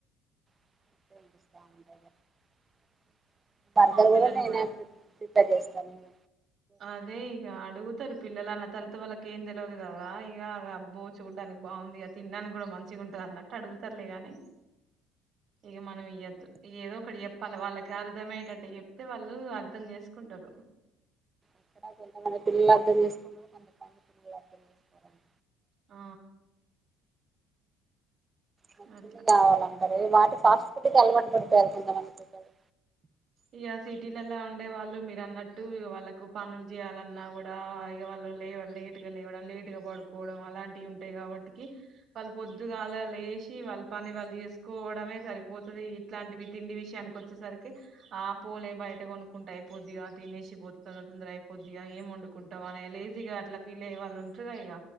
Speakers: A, on the right; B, on the right.
A: <inaudible> బర్గర్
B: మా
A: కూడా
B: పిల్లలు
A: నేనే ప్రి ప్రిపేర్ చేస్ అవును
B: అదే ఇగ అడుగుతరు పిలలన్న తర త వాళ్ళకు ఏం తెల్వదు గదా ఇగ అబ్బో చూడ్డానికి బాగుంది, ఇక తిండానికి గూడా మంచిగుంటంది అన్నట్టు అడుగుతారులే గాని, ఇక మనం ఇయ్యద్దు ఏదో ఒకటి చెప్పాలి, వాళ్ళకి అర్ధమయ్యటట్టు చెప్తే వాళ్ళు అర్ధం చేసుకుంటారు.
A: ఇక్కడ కొంతమంది పిల్లలు అర్థం చేసుకున్నరు కొంత పిల్లలు అర్థం చేసుకోరమ్మ
B: ఆ
A: నచ్చిందే
B: అట్లా
A: కావాలంటరు ఏ మార్ ఫాస్ట్ ఫుడ్ కి అలవాటు పడిపోయారు కొంతమంది పిల్లలు
B: ఇక సిటీలలా ఉండే వాళ్ళు మీరు అన్నట్టు, వాళ్ళకు పనులు చేయాలన్నా కూడా, ఇక వాళ్ళు లే లేటు గా లేవడం లేటు గా పడుకోవడం అలాంటివి ఉంటాయి కాబట్టికి, వాళ్ళు పొద్దుగాల లేసి వాళ్ళ పని వాళ్ళు చేసుకోవడమే సరిపోతది, ఇట్లాంటివి తిండి విషయానికి వచ్చేసరికి ఆ పోలే బయట కొనుక్కుంటూ అయిపోద్దిగా తినేసిపోతే తందర తందర అయిపోద్దిగా, ఏం వండుకుంటావు అని లేజీగా అట్లా ఫీల్ అయ్య వాళ్ళు ఉంటుంది ఇక